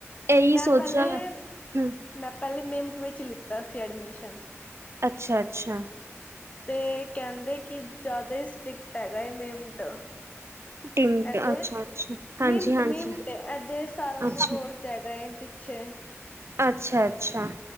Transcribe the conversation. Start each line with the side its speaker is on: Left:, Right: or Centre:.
Right: ਇਹੀ
Left: ਮੈਂ
Right: ਸੋਚਿਆ
Left: ਪਹਿਲੇ
Right: ਹੈ, ਹਮ।
Left: ਮੈਂ ਪਹਿਲੇ ਮੇਮਟ ਵਿੱਚ ਲਿੱਤਾ ਸੀ ਐਡਮਿਸ਼ਨ।
Right: ਅੱਛਾ-ਅੱਛਾ।
Left: ਤੇ ਕਹਿੰਦੇ ਕਿ ਜਿਆਦਾ ਹੀ ਸਟ੍ਰਿਕਟ ਹੈਗਾਏ ਮੇਮਟ।
Right: ਟਿਮਟ
Left: ਐਦਰ
Right: ਅੱਛਾ ਅੱਛਾ ਹਾਂਜੀ
Left: ਮਿਮੰਟ
Right: ਹਾਂਜੀ
Left: ਮਿਮੰਟ ਐ ਐਦਰ ਸਾਰਨਪੁਰ
Right: ਅੱਛਾ
Left: ਰੋਡ ਹੈਗਾ ਏ ਪਿੱਛੇ।
Right: ਅੱਛਾ-ਅੱਛਾ।